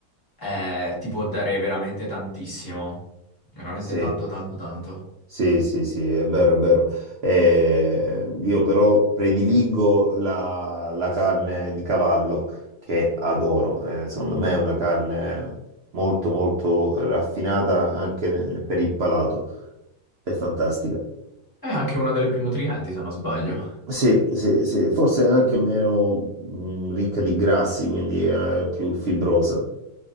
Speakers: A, on the left (about 15°); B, on the right (about 80°).
A: eh, ti può dare veramente tantissimo. Veramente
B: Sì.
A: tanto, tanto, tanto.
B: Sì, sì, sì, è vero, è vero. Eh, io però prediligo la, la carne di cavallo che adoro. Eh, secondo me è una carne molto, molto raffinata anche ne- per il palato. È fantastica.
A: È anche una delle più nutrienti, se non sbaglio.
B: Sì, sì, sì, forse è anche meno mh, ricca di grassi, quindi è più fibrosa.